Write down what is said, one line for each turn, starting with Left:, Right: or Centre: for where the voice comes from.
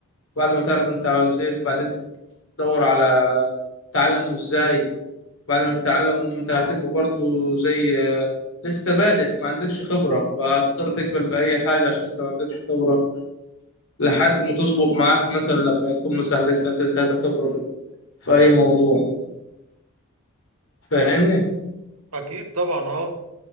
Left: بعد ما تعرف انت عاوز ايه بعدين تدور على تعلمه ازاي بعد ما تتعلم انت هتبقى برضه زي آه، لسه بادئ ما عندكش خبرة فهتضطر تقبل بأي حاجة عشان انت ما عندكش خبرة لحد ما تظبط معاك مثلا لما يكون مثلا لسه انت خبرة في في أي موضوع فاهمني
Right: أكيد طبعا أه